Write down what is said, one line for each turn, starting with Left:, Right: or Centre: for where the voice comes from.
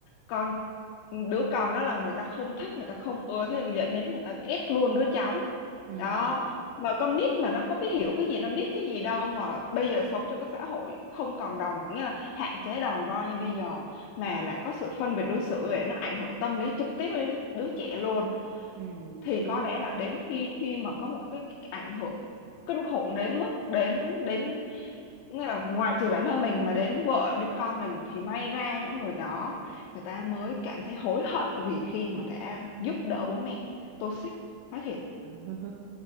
Left: con đứa con đó là người ta không thích người ta không ưa thế là dẫn đến người ta ghét luôn đứa cháu
Right: ừ,
Left: đó mà con nít mà nó có biết hiểu cái gì nó biết cái gì đâu mà bây giờ sống trong cái xã hội không còn đòn nghĩa là hạn chế đòn roi như bây giờ mà lại có sự phân biệt đối xử ấy nó ảnh hưởng tâm lý trực tiếp đến đứa trẻ luôn
Right: ừ,
Left: thì
Right: đúng
Left: có
Right: rồi
Left: lẽ
Right: đó
Left: là đến khi khi mà có một cái, cái ảnh hưởng kinh khủng đến mức đến đến nghĩa là ngoại trừ bản thân mình mà đến vợ đến con mình thì may ra những người đó người ta mới cảm thấy hối hận vì khi mà đã giúp đỡ bố mẹ toxic nói thiệt
Right: <laughs>